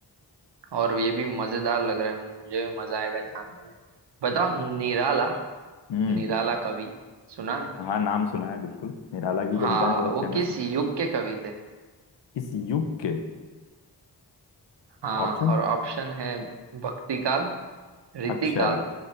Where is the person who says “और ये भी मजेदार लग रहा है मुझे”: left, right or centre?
Right